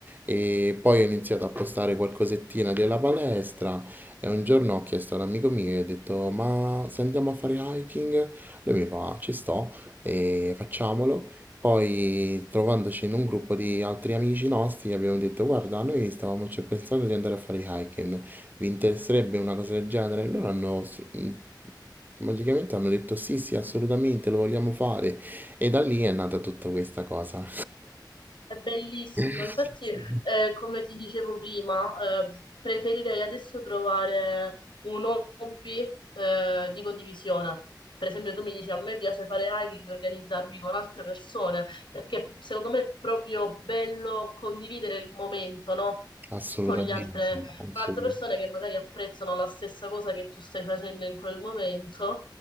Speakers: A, on the right; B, on the left.
A: E poi ho iniziato a postare qualcosettina della palestra e un giorno ho chiesto ad un amico mio, gli ho detto, ma se andiamo a fare hiking? Lui mi fa, ci sto e facciamolo. Poi trovandoci in un gruppo di altri amici nostri gli abbiamo detto, guarda, noi stavamo cioè, pensando di andare a fare hiking, vi interesserebbe una cosa del genere? E Loro hanno... s- mh, Magicamente hanno detto sì, sì, assolutamente, lo vogliamo fare. E da lì è nata tutta questa cosa.
B: È bellissimo,
A: <laughs>
B: infatti, eh, come ti dicevo prima, eh, preferirei adesso trovare un hobby, eh, di condivisione. Per esempio, tu mi dici a me piace fare hiking e organizzarmi con altre persone, perché secondo me è proprio bello condividere il momento, no?
A: Assolutamente,
B: Con gli altre,
A: assolut-
B: con altre persone che magari apprezzano la stessa cosa che tu stai facendo in quel momento